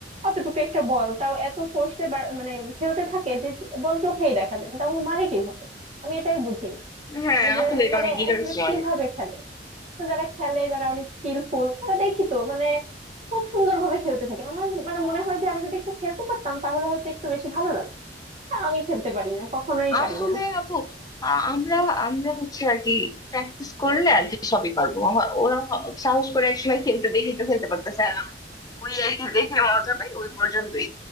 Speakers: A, on the right; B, on the left.
A: অতটুকু একটা বল তাও এত ফোর্সে মানে খেলতে থাকে যে বল চোখেই দেখা যায় না তাহলে মারে কিভাবে আমি এটাই বুঝি না
B: হ্যাঁ
A: যে
B: আসলে এটা
A: মানে
B: অনেক ইন্টারেস্টিং
A: আসলে কিভাবে
B: অনেক
A: খেলে তো যারা খেলে যারা অনেক স্কিলফুল তারা দেখি তো মানে খুব সুন্দরভাবে খেলতে থাকে আমার মানে মনে হয় যে আমি যদি একটু খেলতে পারতাম তাহলে হয়তো একটু বেশি ভালো লাগতো তা আমি খেলতে পারি না কখনোই পারি
B: আসলে
A: না
B: আপু আ- আমরা আমরা হচ্ছে আর কি প্র্যাকটিস করলে আর কি সবই পারবো আমার- ওরা হ- সাহস করে একসময় খেলতে দেখি তো খেলতে পারতেছে ওই আর কি দেখে মজা পাই ওই পর্যন্তই